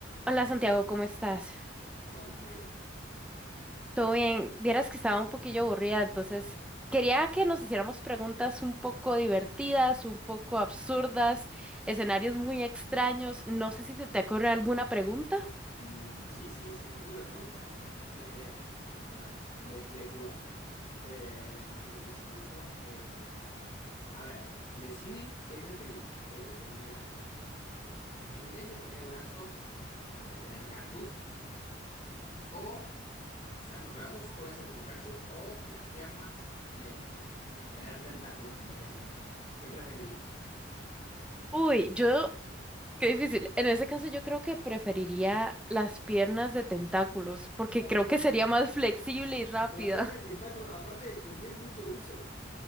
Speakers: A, in the centre; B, on the left.
A: Hola Santiago, ¿cómo estás?
B: Hola, Navidad.
A: ¿Todo bien? Vieras que estaba un poquillo aburrida, entonces quería que nos hiciéramos preguntas un poco divertidas, un poco absurdas, escenarios muy extraños. No sé si se te ocurre alguna pregunta.
B: Mm, sí, sí, se me ocurre. Me gusta, me gusta, me gusta la idea de, de- nada, de, de jugar. Eh, déjame que piense un poquito. Eh, claro. A ver, decime qué preferís, qué preferirías vos. En vez de tener brazos, que, no sé, tener cactus, o, o sea, los brazos pueden ser como cactus, o las piernas, eh, tener tentáculos en vez de piernas. ¿Qué preferirías?
A: Uy, yo Qué difícil. En ese caso yo creo que preferiría las piernas de tentáculos, porque
B: La-
A: creo que sería más flexible y rápida.
B: Las piernas de tentáculo,
A: <laughs>
B: aparte, tendrían mucho uso.